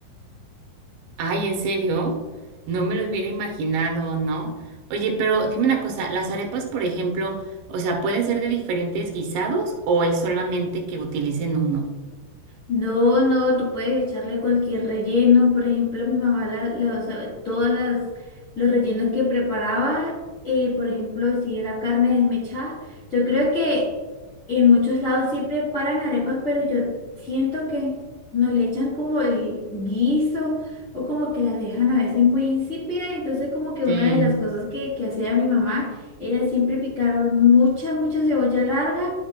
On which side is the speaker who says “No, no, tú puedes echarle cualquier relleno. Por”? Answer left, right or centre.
Left